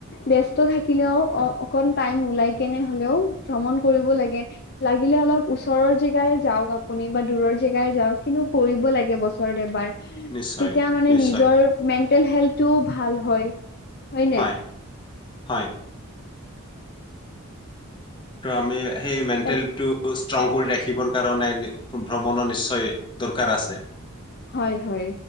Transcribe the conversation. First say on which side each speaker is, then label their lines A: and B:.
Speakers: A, on the left; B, on the left.
A: ব্যস্ত থাকে। কিলেও
B: উম,
A: অ', অক টাইম উলাই কেনে হলেও ভ্ৰমণ কৰিব লাগে লাগিলে অলপ ওচৰৰ জেগাই যাওঁক আপুনি বা দূৰৰ জেগাই যাওক কিন্তু কৰিব লাগে বছৰত এবাৰ
B: নিশ্চয়
A: তেতিয়া মানে
B: নিশ্চয়
A: নিজৰ মেণ্টেল হেল্থটো ভাল হয়, হয়নে।
B: হয় হয়। ত' আমি সেই মেণ্টেলটো
A: তাক
B: ষ্ট্ৰং কৰি ৰাখিবৰ কাৰণে ভ্ৰমণৰ নিশ্চয় দৰকাৰ আছে।
A: হয়, হয়।